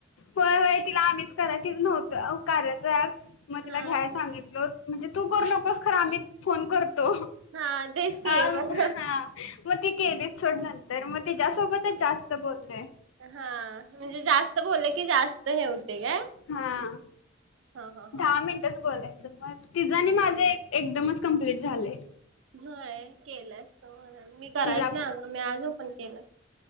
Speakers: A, on the left; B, on the right.
A: होय होय तिला आम्हीच कराय तिज नव्हतं कार्याच अँप मग तिला
B: हा
A: घ्याय सांगितलोत. म्हणजे तू करु नकोस खर आम्ही फोन करतो.
B: हा तेच की
A: आं
B: मग
A: हा मग ती केलीत सोड नंतर मग तिच्यासोबतच जास्त बो बोल्लोय.
B: हा म्हणजे जास्त बोललं की जास्त हे होतय काय.
A: हा
B: हा हा हा.
A: दहा मिनटच बोलायचं म तिझं आणि माझे एकदमच कमप्लीट झालेय.
B: होय केलं असतं म्हणून मी करायच
A: तिला
B: ना अगं मी आजो पण केलं.